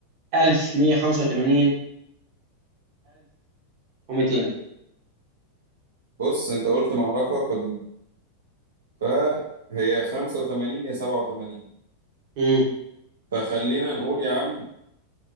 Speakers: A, on the right; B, on the right.
A: 1185 1200
B: بص أنت قلت معركة قديمة فهي 85 يا 87
A: امم
B: فخلينا نقول يا عم